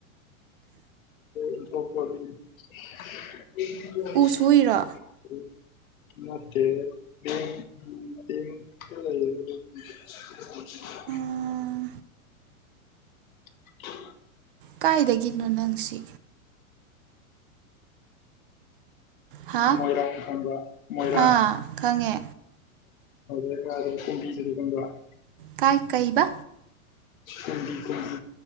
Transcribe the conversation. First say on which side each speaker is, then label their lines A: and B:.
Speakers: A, on the left; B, on the right.
A: <inaudible> <unintelligible>
B: ꯎ ꯁꯣꯏꯔꯣ
A: <inaudible> <unintelligible>
B: ꯎꯝ
A: <inaudible>
B: ꯀꯥꯏꯗꯒꯤꯅꯣ ꯅꯪꯁꯤ ꯍꯥ
A: <inaudible> ꯃꯣꯏꯔꯥ ꯀꯕ ꯃꯣꯏꯔꯥ
B: ꯑꯥ ꯈꯪꯉꯦ
A: ꯑꯗꯨ ꯑꯔ ꯆ ꯆ <inaudible>
B: ꯀꯥꯏ ꯀꯩꯕ
A: ꯀꯨꯝꯕꯤ ꯀꯨꯝꯕꯤ